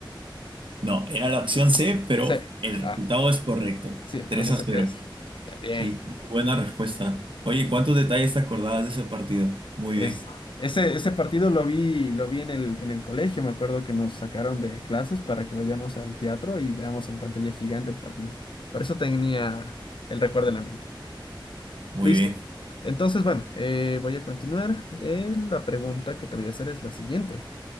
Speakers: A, on the right; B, on the left.
A: No, era la opción C, pero
B: C.
A: el resultado
B: Ah,
A: es correcto,
B: sí,
A: 3
B: 3 a
A: a
B: cero.
A: cero
B: Es. Está bien.
A: Sí, muy buena respuesta. Oye, ¿cuántos detalles te acordabas de ese partido? Muy
B: Es,
A: bien,
B: ese, ese partido lo vi, lo vi en el, en el colegio. Me acuerdo que nos sacaron de clases para que vayamos al teatro y veamos en pantalla gigante el partido. Por eso tenía el recuerdo en la mente.
A: muy
B: Listo.
A: bien.
B: Entonces, bueno, eh, voy a continuar. Eh, la pregunta que te voy a hacer es la siguiente.